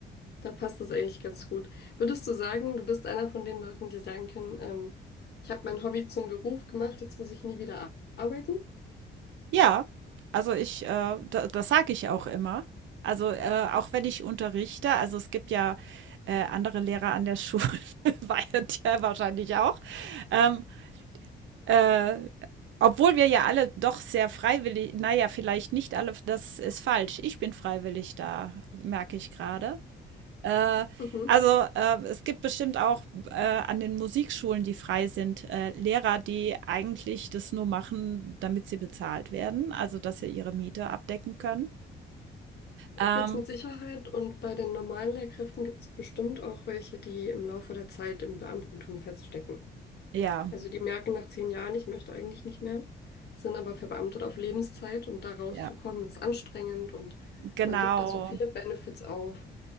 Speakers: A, on the left; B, on the right.
A: Da passt das eigentlich ganz gut. Würdest du sagen, du bist einer von den Leuten, die sagen können, ähm, ich habe mein Hobby zum Beruf gemacht, jetzt muss ich nie wieder ar- arbeiten?
B: Ja, also ich, äh, da, das sage ich auch immer. Also äh, auch wenn ich unterrichte, also es gibt ja äh, andere Lehrer an der Schule, <laughs> war ja der <laughs> wahrscheinlich auch. Ähm, Äh, obwohl wir ja alle doch sehr freiwillig, naja, vielleicht nicht alle, das ist falsch. Ich bin freiwillig da, merke ich gerade. Äh,
A: Mhm.
B: also äh, es gibt bestimmt auch äh, an den Musikschulen, die frei sind, äh, Lehrer, die eigentlich das nur machen, damit sie bezahlt werden, also dass sie ihre Miete abdecken können. Ähm,
A: Gibt's mit Sicherheit und bei den normalen Lehrkräften gibt es bestimmt auch welche, die im Laufe der Zeit im Beamtentum feststecken.
B: ja,
A: Also die merken nach zehn Jahren, ich möchte eigentlich nicht mehr, sind aber verbeamtet auf Lebenszeit und da rauszukommen
B: ja,
A: ist anstrengend und
B: genau.
A: man gibt da so viele Benefits auf.